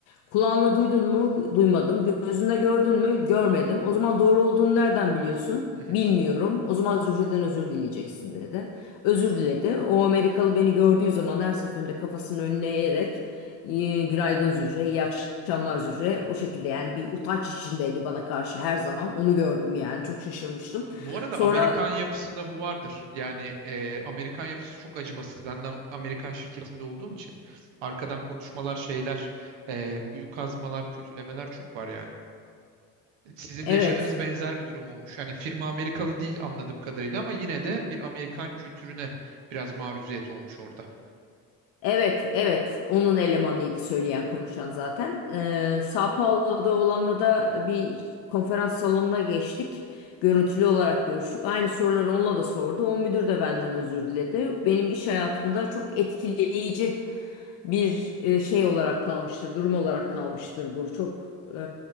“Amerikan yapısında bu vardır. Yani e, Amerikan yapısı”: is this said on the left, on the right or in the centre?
Right